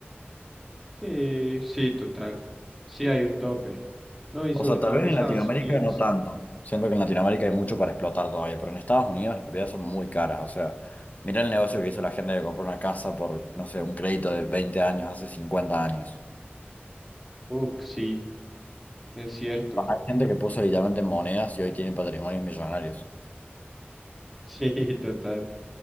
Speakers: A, in the centre; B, on the left (about 40°).
A: eh, sí, total. Sí, hay un tope. No, y
B: O
A: sobre
B: sea,
A: todo
B: tal vez
A: en
B: en
A: Estados
B: Latinoamérica
A: Unidos.
B: no tanto. Siento que en Latinoamérica hay mucho para explotar todavía, pero en Estados Unidos las propiedades son muy caras. O sea, mira el negocio que hizo la gente de comprar una casa por, no sé, un crédito de veinte años, hace cincuenta años.
A: Uf, sí, es cierto.
B: Hay gente que puso literalmente monedas y hoy tiene patrimonios millonarios.
A: <laughs> Sí, total.